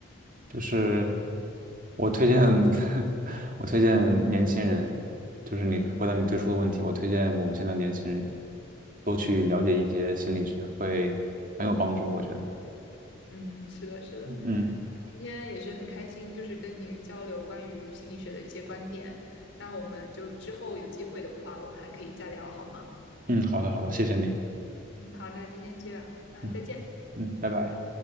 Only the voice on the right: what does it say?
就是我推荐，
<laughs> 我推荐年轻人，
就是你回答你最初的问题，
我推荐我们现在年轻人都去了解一些心理学，会很有帮助，我觉得。
嗯
嗯，好的好的，谢谢你。
嗯嗯，拜拜。